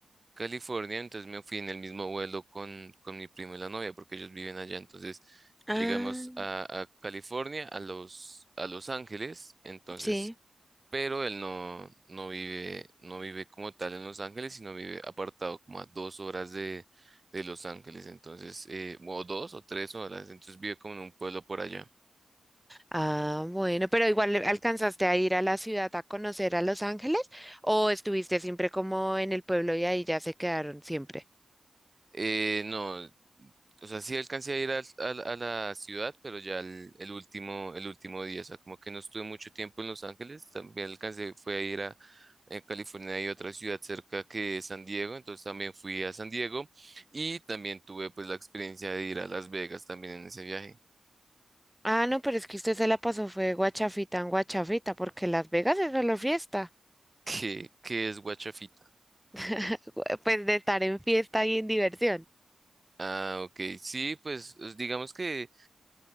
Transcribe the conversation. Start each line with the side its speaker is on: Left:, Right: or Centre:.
Right: California, entonces me fui en el mismo vuelo con, con mi primo y la novia, porque ellos viven allá, entonces
Centre: Ah,
Right: llegamos a, a California, a Los, a Los Ángeles, entonces
Centre: sí.
Right: pero él no, no vive, no vive como tal en Los Ángeles, sino vive apartado como a dos horas de, de Los Ángeles, entonces, eh, o dos o tres horas, entonces vive como en un pueblo por allá.
Centre: Ah, bueno, pero igual le- alcanzaste a ir a la ciudad a conocer a Los Ángeles o estuviste siempre como en el pueblo y ahí ya se quedaron siempre.
Right: Eh, no, o sea, sí alcancé a ir al- al- a, la ciudad, pero ya el, el último, el último día, o sea, como que no estuve mucho tiempo en Los Ángeles, también alcancé, fue a ir a, a California, hay otra ciudad cerca que es San Diego, entonces también fui a San Diego y también tuve pues la experiencia de ir a Las Vegas también en ese viaje.
Centre: Ah, no, pero es que usted se la pasó, fue guachafita en guachafita, porque Las Vegas es solo fiesta.
Right: ¿Qué, qué es guachafita?
Centre: <laughs> Pues de estar en fiesta y en diversión.
Right: Ah, ok. Sí, pues os- digamos que